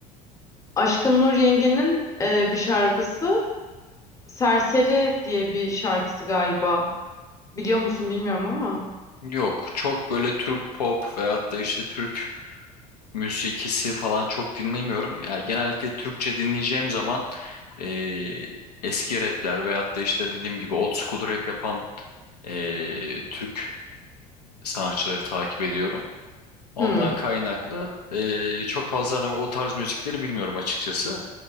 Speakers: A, on the left; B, on the left.
A: Aşkın Nur Yengi'nin e, bir şarkısı. Serseri diye bir şarkısı galiba. Biliyor musun bilmiyorum ama.
B: Yok çok böyle Türk pop veyahut da işte Türk müzikisi falan çok dinlemiyorum. Yani genellikle Türkçe dinleyeceğim zaman eee, eski rapler veyahut da işte dediğim gibi old school rap yapan eee, Türk sanatçıları takip ediyorum. Ondan
A: Hmm.
B: kaynaklı eee, çok fazla hani o tarz müzikleri bilmiyorum açıkçası.